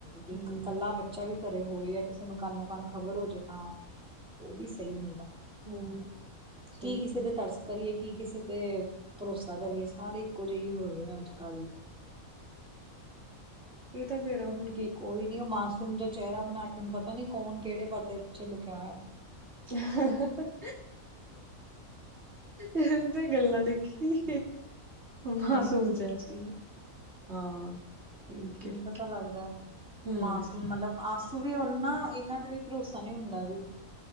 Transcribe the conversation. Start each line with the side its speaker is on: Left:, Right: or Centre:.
Centre: ਵੀ
Right: ਹੂੰ
Centre: ਇਕੱਲਾ ਬੱਚਾ ਵੀ ਘਰੇ ਹੋਵੇ ਐ ਕਿਸੇ ਨੂੰ ਕਾਨੋ-ਕਾਨ ਖ਼ਬਰ ਹੋ ਜੇ ਤਾਂ, ਉਹ ਵੀ ਸਹੀ ਨੀ ਗਾ।
Right: ਹੂੰ ਸਹੀ
Centre: ਕੀ ਕਿਸੇ
Right: ਕਿਹਾ
Centre: ਦੇ ਤਰਸ ਕਰੀਏ ਕੀ ਕਿਸੇ ਤੇ, ਭਰੋਸਾ ਕਰੀਏ ਸਾਰੇ ਇੱਕੋ ਜੇ ਈ ਹੋ ਗਏ ਅੱਜ-ਕੱਲ।
Right: ਇਹ ਤਾਂ ਫੇਰ ਆ ਹੂੰ
Centre: ਕੋਈ ਨੀ ਉਹ ਮਾਸੂਮ ਜਾ ਚਿਹਰਾ ਬਣਾ ਕੇ ਉਹਨੂੰ ਪਤਾ ਨੀ ਕੌਣ ਕਿਹੜੇ ਪਰਦੇ ਪਿੱਛੇ ਲੁਕਿਆ
Right: <unintelligible> ਇਹਦੀ ਗੱਲਾਂ ਦੇਖੀ, ਨਾ
Centre: ਨਹੀਂ
Right: ਸੋਚ
Centre: ਸੱਚੀ
Right: ਐ। ਹਾਂ
Centre: ਕੀ
Right: ਠੀਕ
Centre: ਪਤਾ
Right: ਹੈ
Centre: ਲੱਗਦਾ
Right: ਹੂੰ
Centre: ਮਾਸੂਮ ਮਤਲਬ ਆਸੂ ਵੀ ਉਨ੍ਹਾਂ ਇਹਨਾਂ ਦਾ ਵੀ ਭਰੋਸਾ ਨੀ ਹੁੰਦਾ ਵੀ,